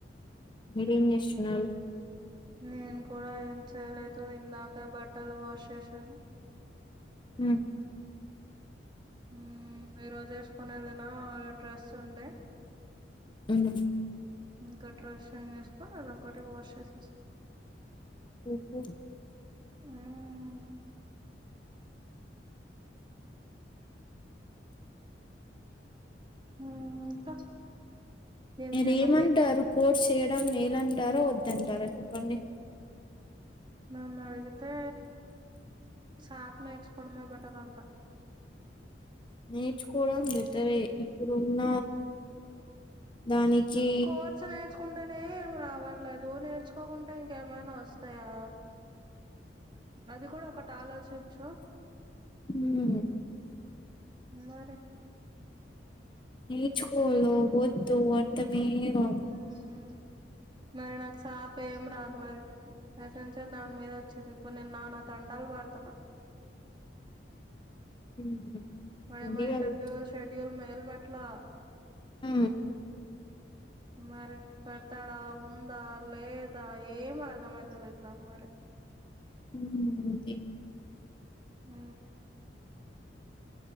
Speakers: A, on the left; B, on the right.
A: మీరేం చేసున్నారు
B: నేను కూడా ఏం చేయలేదు ఇందాక బట్టలు వాష్ చేశాను
A: ఆహ
B: ఉ ఈరోజు వేసుకొని వెళ్ళినా డ్రెస్ ఉండే
A: ఉ <unintelligible>
B: ఇంకా డ్రష్ చేంజ్ చేసుకొని అది ఒక్కటి వాష్ చేసేసా
A: ఉహు <unintelligible>
B: ఉమ్ ఉ ఇంకా ఏం
A: మీరు
B: తిన్నావ్
A: ఏమంటారు కోర్స్ చేయడం మేలు అంటారా వద్దంటారా చెప్పండి
B: నన్ను అడిగితే షాప్ నేర్చుకోవడమే బెటర్ అంట
A: నేర్చుకోవడం బెటరే ఇప్పుడున్న దానికి
B: కోస <unintelligible> నేర్చుకుంటేనే ఏం రావట్లేదు నేర్చుకోకుంటే ఇంకేమైనా వస్తాయా అది కూడా ఒకటి ఆలోచించు
A: ఉమ్
B: మరి
A: నేర్చుకోవాలో వద్దు అర్థమే కాలే
B: మ్మ్ మరి నాకు సాప ఏం రాదు మరి అససార్ దాని మీద వచ్చేది ఇప్పు నిన్న నా తంటాలు పడుతున్న
A: ఉమ్
B: ఓయమ్మ
A: అది
B: ఇంటర్వ్యూ
A: కరెక్టే
B: షెడ్యూల్ మెల్ పెట్లా
A: ఆ
B: మరి పెడతాడా ఉందా లేదా ఏం అర్థమైతలే నాకు మరి
A: ఉమ్ అంతే
B: హ